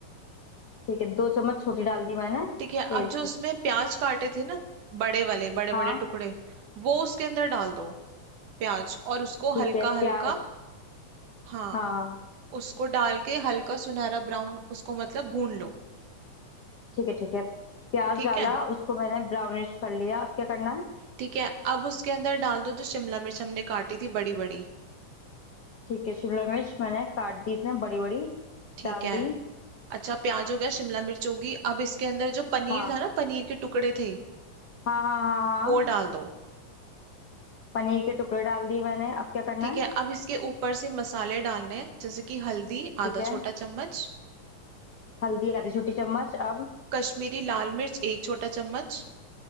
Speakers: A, on the left (about 90°); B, on the right (about 75°).
A: ठीक है दो चम्मच छोटी डाल दी मैंने
B: ठीक है
A: तेल
B: अब
A: की
B: जो उसमें प्याज काटे थे ना बड़े वाले बड़े
A: हाँ
B: बड़े टुकड़े वो उसके अंदर डाल दो प्याज और उसको
A: ठीक
B: हल्का
A: है
B: हल्का
A: प्याज
B: हाँ
A: हाँ हाँ,
B: उसको डाल के हल्का सुनहरा ब्राउन उसको मतलब भून लो
A: ठीक है ठीक है प्याज
B: ठीक
A: डाला
B: है
A: उसको मैंने ब्राउनिश कर लिया अब क्या करना है
B: ठीक है अब उसके अंदर डाल दो जो शिमला मिर्च हमने काटी थी बड़ी बड़ी
A: ठीक है शिमला मिर्च मैंने काट दी इसमें बड़ी बड़ी
B: ठीक
A: डाल
B: है
A: दी
B: अच्छा प्याज हो गया शिमला मिर्च होगी अब इसके अंदर जो पनीर
A: हाँ
B: था ना पनीर के टुकड़े थे
A: हाँ हाँ हाँ हाँ
B: वो डाल दो
A: पनीर के टुकड़े डाल दिए मैंने अब क्या करना
B: ठीक
A: है
B: है अब इसके ऊपर से मसाले डालने हैं जैसे कि हल्दी
A: ठीक
B: आधा
A: है
B: छोटा चम्मच
A: हल्दी आधी छोटी चम्मच अब
B: कश्मीरी लाल मिर्च एक छोटा चम्मच